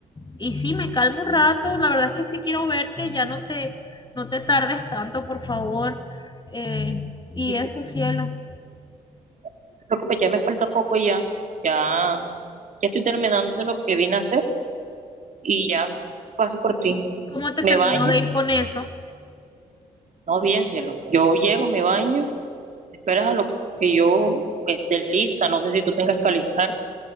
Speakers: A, on the left; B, on the right.
A: y sí, me calmo un rato. La verdad es que sí quiero verte, ya no te, no te tardes tanto, por favor. Eh, y
B: Y sí,
A: eso, cielo.
B: no te preocupes, ya me falta poco ya, ya, ya estoy terminando lo que vine a hacer y ya paso por ti.
A: ¿Y cómo te
B: Me
A: terminó
B: baño,
A: de ir con eso?
B: no bien cielo, yo llego, me baño, esperas a lo que yo esté lista, no sé si tú tengas que alistarte